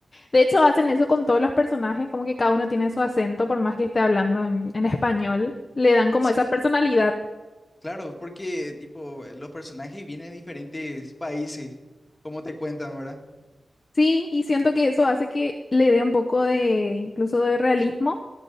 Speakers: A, on the left; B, on the left.
A: de hecho hacen eso con todos los personajes, como que cada uno tiene su acento, por más que esté hablando en, en español, le dan como
B: Sí,
A: esa personalidad.
B: Claro, porque tipo eh, los personajes vienen de diferentes países, como te cuentan, ¿verdad?
A: Sí, y siento que eso hace que le dé un poco de, incluso de realismo
B: Eh,